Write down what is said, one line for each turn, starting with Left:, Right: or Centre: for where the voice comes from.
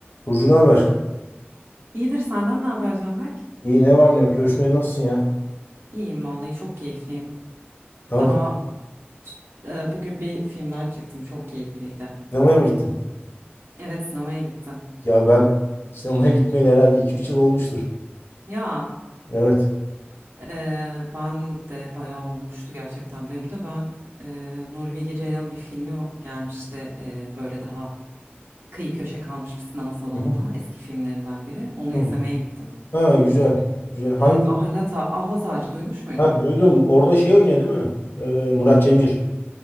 Left: Burcu ne haber?
Right: İyidir senden ne haber Canberk?
Left: İyi ne var ne yok? Görüşmeye nasılsın ya?
Right: İyiyim vallahi çok keyifliyim.
Left: Ne
Right: Daha
Left: yapıyorsun?
Right: e, bugün bir filmden çıktım çok keyifliydi.
Left: Sinemaya mı gittin?
Right: Evet sinemaya gittim.
Left: Ya ben sinemaya <laughs> gitmeyeli herhalde iki üç yıl olmuştur.
Right: Ya
Left: Evet.
Right: e, ben de bayağı olmuştu gerçekten benim de ben e, Nuri Bilge Ceylan'ın bir filmi va- gelmişti e, böyle daha kıyı köşe kalmış bir sinema salonuna
Left: Hı hı.
Right: eski filmlerinden biri onu
Left: Hı.
Right: izlemeye gittim.
Left: Ha güzel. Güzel.
Right: Evet
Left: Hangi
Right: Ahlat,
Left: film?
Right: A- Ahlat Ağacı duymuş muydun?
Left: Ha duydum. Orada şey oynuyor değil mi? Ee, Murat Cemcir.